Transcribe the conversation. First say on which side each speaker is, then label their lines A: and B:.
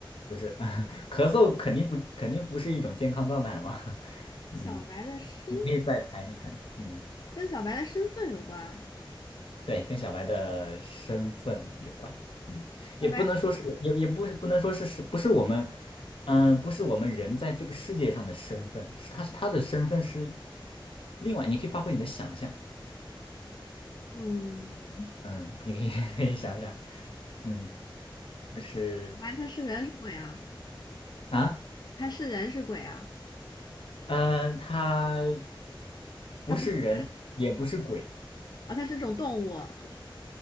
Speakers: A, on the left; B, on the left.
A: 不是，<laughs> 咳嗽肯定不肯定不是一种健康状态嘛。<laughs> 嗯，
B: 小白的身
A: 你可以再猜一猜。嗯。
B: 跟小白的身份有关，
A: 对，跟小白的身份有关。嗯，也不能说是，
B: 小白是
A: 也也不是，不能说是是不是我们，嗯，不是我们人在这个世界上的身份，是他是他的身份是另外，你可以发挥你的想象。
B: 嗯，
A: 嗯，你可以 <laughs> 可以想想，嗯，就是
B: 小白他是人是鬼啊？
A: 啊，
B: 他是人是鬼啊？
A: 嗯，他不是人，
B: 他不是人
A: 也不是鬼，
B: 啊，他是种动物和